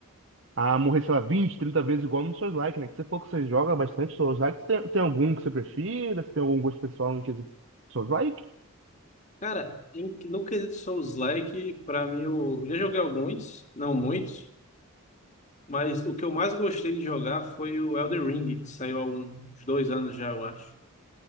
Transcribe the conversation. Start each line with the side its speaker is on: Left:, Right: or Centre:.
Right: a morrer, sei lá, 20, 30 vezes igual no Souls Like, né? Que você falou que você joga bastante Souls Like. Você Tem, tem algum que você prefira? Você tem algum gosto pessoal em quesito Souls Like?
Left: Cara, em- no quesito Souls-like, pra mim, eu já joguei alguns, não muitos, mas o que eu mais gostei de jogar foi o Elden Ring, que saiu há uns dois anos já, eu acho.